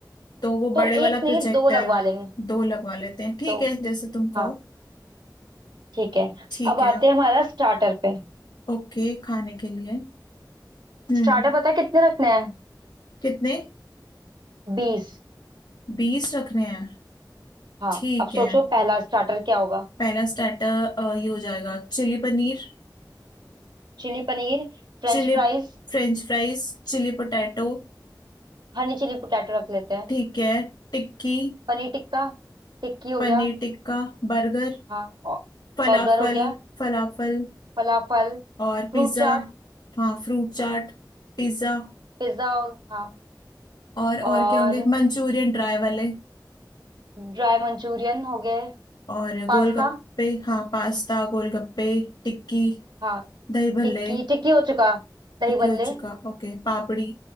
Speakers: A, on the left (about 75°); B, on the right (about 85°).
A: तो वो
B: तो
A: बड़े वाला
B: एक नहीं
A: प्रोजेक्टर
B: दो लगवा लेंगे
A: दो लगवा लेते हैं ठीक
B: दो
A: है जैसे तुम कहो
B: हाँ ठीक है
A: ठीक
B: अब आते
A: है
B: हैं हमारा स्टार्टर पे
A: ओके खाने के लिए हम्म
B: स्टार्टर पता है कितने रखने हैं
A: कितने
B: बीस
A: बीस रखने हैं
B: हाँ
A: ठीक
B: अब सोचो
A: है
B: पहला स्टार्टर क्या होगा
A: पहला स्टार्टर ये हो जाएगा chilli paneer
B: Chilli paneer french
A: Chilli
B: fries
A: French fries Chilli potato
B: Honey chilli potato रख लेते हैं
A: ठीक है Tikki
B: पनीर टिक्का टिक्की हो
A: Paneer
B: गया
A: tikka Burger
B: हाँ और
A: Falafel
B: बर्गर हो गया
A: Falafel
B: Falafel
A: और
B: fruit
A: पिज्जा
B: chaat
A: हाँ फ्रूट चाट पिज्जा
B: pizza हाँ
A: और
B: और
A: और क्या होंगे मंचूरियन ड्राई वाले
B: ड्राई मंचूरियन हो गए
A: और
B: पास्ता
A: गोलगप्पे हाँ पास्ता गोलगप्पे टिक्की
B: हाँ
A: दही भल्ले
B: टिक्की टिक्की हो चुका दही
A: टिक्की
B: बल्ले
A: हो चुका ओके पापड़ी